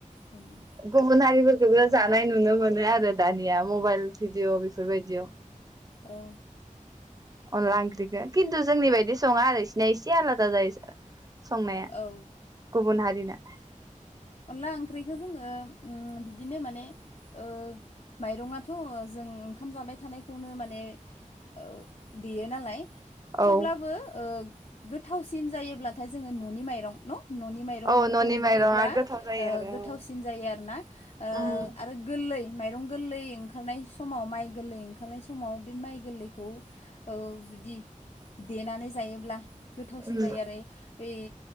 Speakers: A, on the left (about 50°); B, on the right (about 25°).
A: बिदि
B: अ गुबुन हारिफोरखौबो जानाय नु नुनो मोनो आरो दानिया मबाइल भिडिअ' बेफोरबायदियाव।
A: औ
B: अनला ओंख्रिखो खिन्टु जोंनि बायदि सङा आरो इसिना एसे आलादा जायो इस आ संनाया
A: औ
B: गुबुन हारिना <unintelligible>
A: अनला ओंख्रिखो जोङोम उम बिदिनो माने ओ माइरङा थ' जों ओंखाम जाबाय थानायखौनो माने ओ देयो नालाय थेवब्लाबो
B: औ
A: ओ गोथावसिन जायोब्लाथाय जोङो न'नि माइरं न न'नि माइरंखौ
B: औ न'नि माइरङा
A: देयोब्ला
B: गोथाव जायो
A: ओ
B: आरो
A: गोथावसिन
B: औ
A: जायो आरोना ओ
B: उम
A: आरो गोल लै माइरं गोललै ओंखारनाय समाव माइ गोललै ओंखारनाय समाव बे माइ गोललैखौ ओ खौ जुदि देनानै जायोब्ला गोथावसिन
B: उम
A: जायो आरै बै